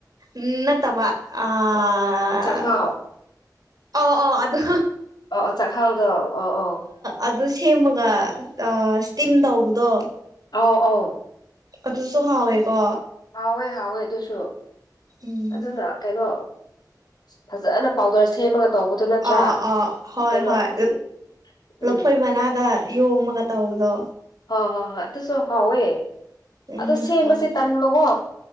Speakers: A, on the right (about 55°); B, on the left (about 70°).
A: ꯎ ꯅꯠꯇꯕ ꯑꯥ
B: ꯑꯣ ꯆꯉꯥꯎ
A: ꯑꯣ ꯑꯣ ꯑꯗꯨꯗ
B: ꯑꯣ ꯆꯥꯛꯍꯥꯎꯗ ꯑꯣ ꯑꯣ
A: ꯑꯗꯨ ꯁꯦꯝꯃꯒ ꯏꯁꯇꯤꯝ ꯇꯧꯕꯗꯣ
B: ꯑꯥꯎ ꯑꯥꯎ
A: ꯑꯗꯨꯁꯨ ꯍꯥꯎꯋꯦꯀꯣ
B: ꯍꯥꯎꯋꯦ ꯍꯥꯎꯋꯦ ꯑꯗꯨꯁꯨ
A: ꯎꯝ
B: ꯑꯗꯨꯅ ꯀꯩꯅꯣ ꯐꯖꯅ ꯄꯥꯎꯗꯔ ꯁꯦꯝꯃꯒ ꯇꯧꯕꯗꯨ ꯅꯠꯇ꯭ꯔꯥ
A: ꯑꯥ ꯑꯥ ꯍꯣꯏ
B: ꯀꯩꯅꯣ
A: ꯍꯣꯏ
B: ꯑꯩꯈꯣꯏꯒꯤ
A: ꯂꯐꯣꯏ
B: ꯎꯝ
A: ꯃꯅꯥꯗ ꯌꯣꯝꯃꯒ ꯇꯧꯕꯗꯣ
B: ꯍ ꯍ ꯍ ꯇꯁꯨ ꯍꯑꯣꯦ
A: ꯎꯝ
B: ꯑꯣ ꯁꯦꯝꯕꯁꯦ
A: ꯍꯥꯎꯋꯦ
B: ꯇꯟꯕꯀꯣ